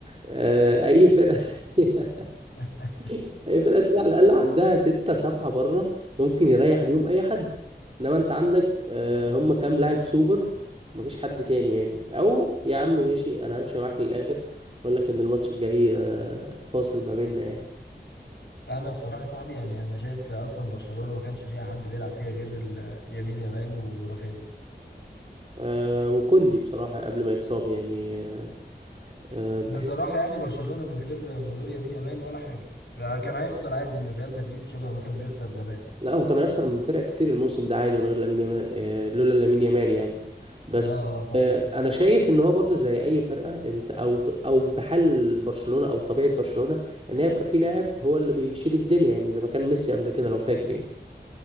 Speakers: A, on the right; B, on the left.
A: آه، اي فرقه تانية
B: <laughs>
A: <laughs> اي فرقه تانية على الاقل عندها ستة سبعة بره ممكن يريح بيهم اي حد انما انت عندك آه، هم كام لاعب سوبر ما فيش حد تاني يعني او يا عم ماشي انا همشي معاك للاخر اقول لك ان الماتش الجاي آه، فاصل ما بيننا يعني
B: انا بصراحه يا صاحبي يعني انا شايف اصلا برشلونه ما كانش فيها حد بيلعب فيها غير ال- يمين يامال ورافينيا
A: آه وكوندي بصراحة قبل ما يتصاب يعني آه آه،
B: بصراحه
A: بحب
B: يعني برشلونه من غير من غير يمين يامال ولا حاجه آه، كان هيخسر عادي من ريال مدريد شبه ما كان بيخسر زمان
A: لا هو كان هيخسر من فرق كتير الموسم ده عادي من غير لامين يامال آه لولا لامين يامال يعني بس
B: اه اه فاهم
A: آه انا شايف ان هو برضو زي اي فرقة انت او او بحال برشلونة او طبيعة برشلونة ان يبقى في لاعب هو اللي بيشيل الدنيا يعني زي ما كان ميسي قبل كده لو فاكر يعني